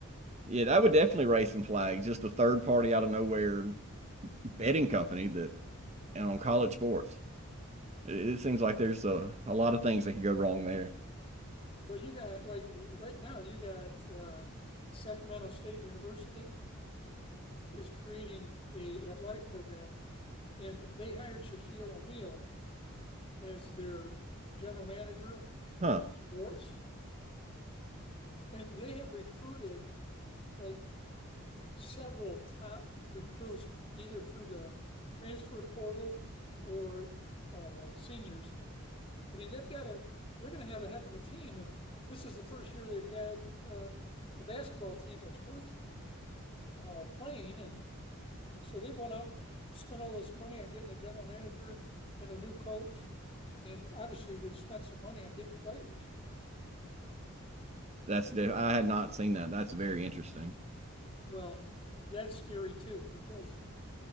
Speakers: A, on the right; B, on the left.
A: Yeah, that would definitely raise some flags. Just a third party out of nowhere betting company that and on college sports. It, it seems like there's a, a lot of things that could go wrong there.
B: well, you got like right now, you got uh, Sacramento State University is creating a athletic program, and they hired Shaquille O'Neal as their general manager
A: Huh.
B: of sports. And they have recruited like several top recruits, either through the transfer portal or uh, seniors. I mean, they've got a, they're going to have a heck of a team. And this is the first year they've had uh, a basketball team that's worth uh, playing. And so they've went out and spent all this money on getting a general manager and a new coach. And obviously, they spent some money on getting players.
A: That's def- I had not seen that. That's very interesting.
B: Well, that's scary too, because